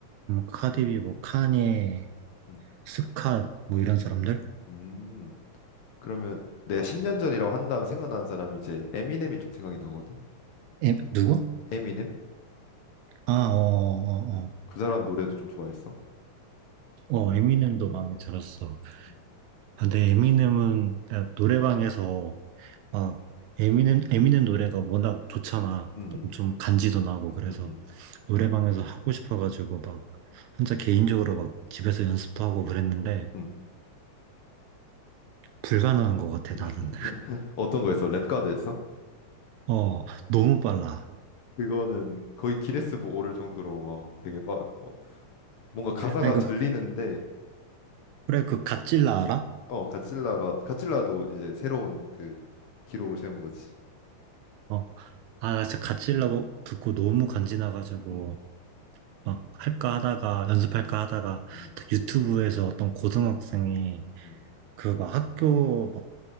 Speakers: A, on the right; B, on the left.
A: 음, 카디비 뭐 카니,
B: 음,
A: 스캇 뭐 이런 사람들?
B: 음, 음. 음. 그러면 내가 10년 전이라고 한다면 생각나는 사람이 이제 에미넴이 좀 생각이 나거든.
A: 에, 누구?
B: 에미넴?
A: 아, 어, 어,
B: 음.
A: 어.
B: 그 사람 노래도 좀 좋아했어.
A: 어, 어, 에미넴도 마음에 들었어.
B: 음,
A: 근데 에미넴은 그냥 노래방에서 아, 에미넴, 에미넴 노래가 워낙 좋잖아.
B: 음,
A: 좀 간지도 나고 그래서
B: 음, 음,
A: 노래방에서 하고 싶어가지고 막 혼자 개인적으로 막 집에서 연습도 하고 그랬는데
B: 음.
A: 불가능한 것 같아
B: 음. <laughs>
A: 나는.
B: 어떤 거였어? 랩 가드였어?
A: 어, 너무 빨라.
B: 그거는 거의 기네스북 오를 정도로 막 되게 빠, 뭐 뭔가 가사가
A: 아니 그
B: 들리는데
A: 그래 그 갓질라 알아?
B: 어 가cil라가 가cil라도 이제 새로운 그 기록을 세운 거지.
A: 어, 아 진짜 갓질라 뭐 듣고 너무 간지나가지고
B: 음,
A: 막 할까 하다가 연습할까
B: 음,
A: 하다가
B: 음, 음,
A: 딱 유튜브에서 어떤 고등학생이
B: 음.
A: 그 막 학교 막